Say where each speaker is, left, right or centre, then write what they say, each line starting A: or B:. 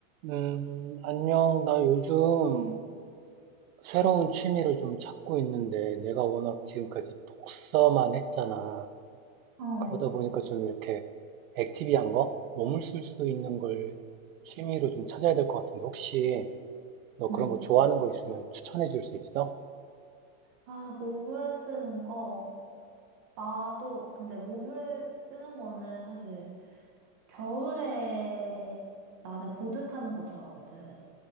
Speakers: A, on the right (about 75°); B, on the right (about 15°).
A: 음, 안녕. 나 요즘 새로운 취미를 좀 찾고 있는데, 내가 워낙 지금까지 독서만 했잖아.
B: 어.
A: 그러다 보니까 좀 이렇게 액티비한 거? 몸을 쓸 수 있는 걸 취미로 좀 찾아야 될 것 같은데, 혹시 너 그런
B: 응.
A: 거 좋아하는 거 있으면 추천해 줄 수 있어?
B: 아, 몸을 쓰는 거. 나도, 근데 몸을 쓰는 거는 사실 겨울에 나는 보드 타는 거 좋아하거든.